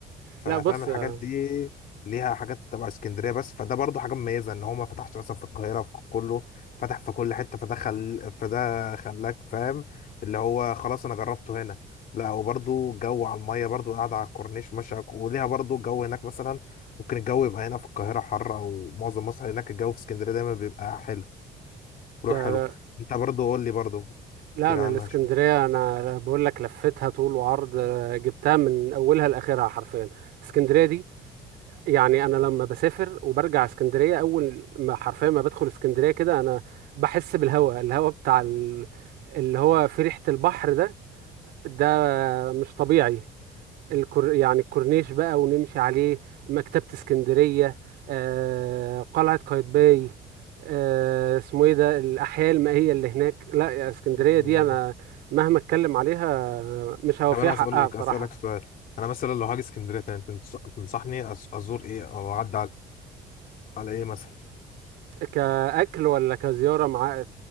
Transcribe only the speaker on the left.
ففاهم
الحاجات
دي ليها حاجات تبع اسكندريه بس فده برضو حاجه مميزه ان هو ما فتحش مثلا في القاهره في كله فتح في كل حته فده خل فده خلاك فاهم اللي هو خلاص انا جربته هنا لا وبرضو جو على الميه برضو قاعده على الكورنيش ماشيه على- وليها برضو جو هناك مثلا ممكن الجو يبقى هنا في القاهره حر او معظم مصر هناك الجو في اسكندريه دايما بيبقى حلو روح
حلو انت برضو قول لي برضو
كده
عنها
شويه
طب انا
هسأل لك
اسالك سؤال انا مثلا لو هاجي اسكندريه تاني تنص- تنصحني أز- ازور ايه او اعدي على, على ايه مثلا